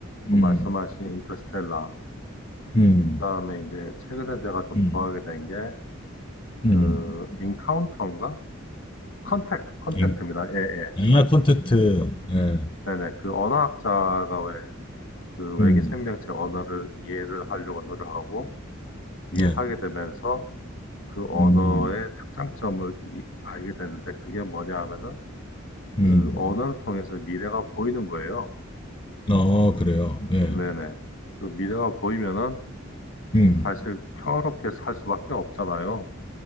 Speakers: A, on the left; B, on the left.
A: 그
B: 음.
A: 말씀하신 인터스텔라.
B: 음.
A: 그다음에 이제 최근에 제가 좀
B: 음.
A: 좋아하게 된 게
B: 음.
A: 그 인카운터인가? 컨택트, 컨택트입니다.
B: 인-
A: 예, 예. 컨택트.
B: 아, 콘텐츠. 네.
A: 네네. 그 언어학자가 왜 그 외계
B: 음.
A: 생명체 언어를 이해를 하려고 노력하고 이해하게
B: 네.
A: 되면서 그 언어의
B: 음.
A: 특장점을 이- 알게 되는데 그게 뭐냐 하면은
B: 음.
A: 그 언어를 통해서 미래가 보이는 거예요.
B: 어, 그래요. 예.
A: 네네. 그 미래가 보이면은
B: 음.
A: 사실 평화롭게 살 수밖에 없잖아요.